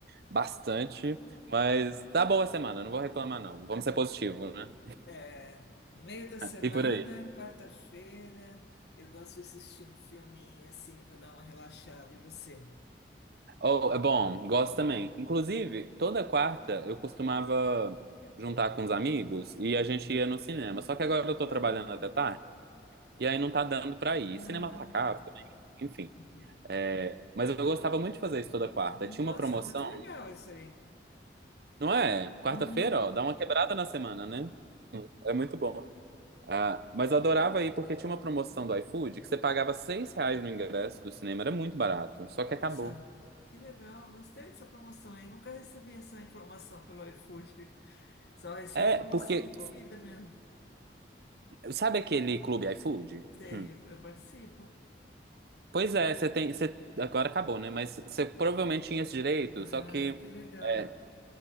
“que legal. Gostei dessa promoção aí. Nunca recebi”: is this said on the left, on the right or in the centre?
Left